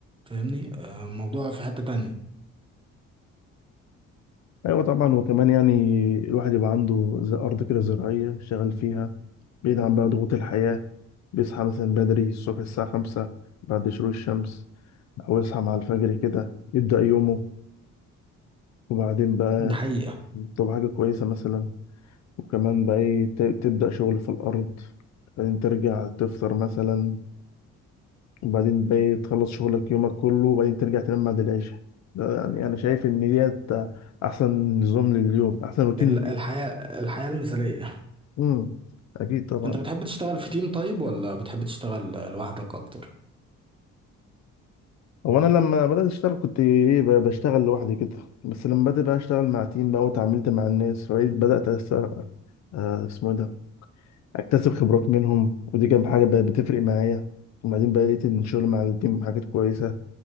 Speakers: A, on the right; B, on the left.
A: فاهمني آه، الموضوع في حتة تانية
B: ايوه طبعا وكمان يعني الواحد يبقى عنده زي ارض كده زراعيه شغال فيها بعيد عن بقى ضغوط الحياه بيصحى مثلا بدري الصبح الساعه خمسة بعد شروق الشمس او يصحى مع الفجر كده يبدا يومه وبعدين بقى
A: ده حقيقة
B: طب حاجه كويسه مثلا وكمان بقى ايه ت- تبدا شغل في الارض بعدين ترجع تفطر مثلا وبعدين بقى إيه تخلص شغلك يومك كله وبعدين ترجع تنام بعد العشاء ده يعني انا شايف ان ديت احسن نظام لليوم احسن روتين
A: ال- الحياة الحياة المثالية
B: امم اكيد طبعا
A: أنت بتحب تشتغل في تيم طيب ولا بتحب تشتغل لوحدك أكتر؟
B: هو انا لما بدات اشتغل كنت ايه ب- بشتغل لوحدي كده بس لما بدات بقى اشتغل مع تيم بقى واتعاملت مع الناس وبقيت بدات أس... آه اسمه إيه ده اكتسب خبرات منهم ودي كانت حاجه بقت بتفرق معايا وبعدين بقى لقيت ان الشغل مع التيم حاجات كويسه